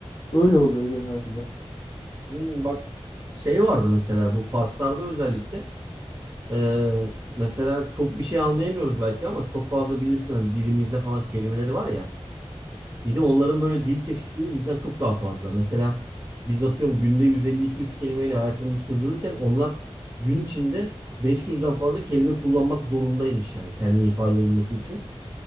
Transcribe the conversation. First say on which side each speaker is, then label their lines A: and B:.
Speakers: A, on the left; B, on the right.
A: Öyle oluyor genelde.
B: Hmm, bak şey vardı mesela bu Farslarda özellikle e, mesela çok bir şey anlayamıyoruz belki ama çok fazla bilirsin hani dilimizde falan kelimeleri var ya. Bir de onların böyle dil çeşitliliği bizden çok daha fazla. Mesela biz atıyorum günde 150-200 kelimeyle hayatımızı sürdürürken onlar gün içinde 500'den fazla kelime kullanmak zorundaymış yani kendini ifade edebilmesi için.